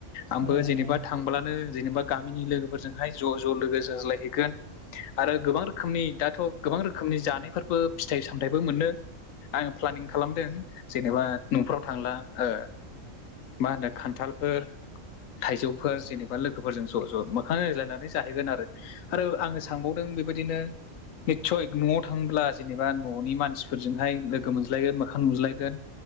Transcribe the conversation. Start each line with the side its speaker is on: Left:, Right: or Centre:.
Left: आंबो
Right: औ नोंथां
Left: जेनेबा
Right: औ नोंथां औ नोंथां औ नोंथां औ नोंथां औ
Left: थांब्लानो जेनेबा गामिनि लोगोफोरजोंहाय ज' ज' लोगो जाज्लायहैगोन आरो गोबां रो रोखोमनि दाथ' गोबां रोखोमनि जानायफोरबो फिथाइ सामथाइबो मोननो आं प्लानिं खालामदों। जेनेबा न'फ्राव थांला ओ मा होनो खान्थालफोर थाइजौफोर जेनेबा लोगोफोरजों ज' ज' मोखां नायज्लायनानै जाहैगोन आरो। आरो आङो सानबावदों बेबायदिनो निस्सय न'आव थाङोब्ला जेनेबा न'नि मानसिफोरजोंहाय लोगो मोनज्लायगोन मोखां नुज्लायगोन।